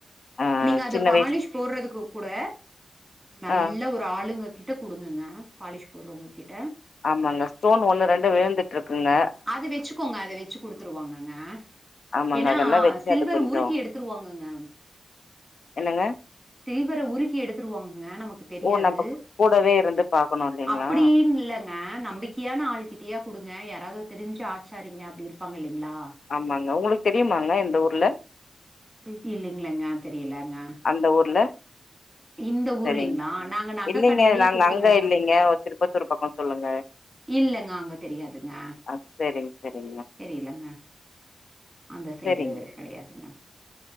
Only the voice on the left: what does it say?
ஆ
சின்ன
வயசு
ஆ
ஆமாங்க ஸ்டோன் ஒண்ணு ரெண்டு விழுந்துட்ருக்குங்க
ஆமாங்க
அதெல்லாம் வச்சு
அது கொஞ்சம்
என்னங்க
ஓ! நம்ப கூடவே இருந்து பாக்கணும் இல்லைங்களா?
ஆமாங்க உங்களுக்கு தெரியுமாங்க இந்த ஊர்ல
அந்த ஊர்ல
சரிங்க.
இல்லைங்க.
நாங்க
அங்க இல்லைங்க. திருப்பத்தூர் பக்கம் சொல்லுங்க.
அ சேரிங் சேரிங்மா
சரிங்க.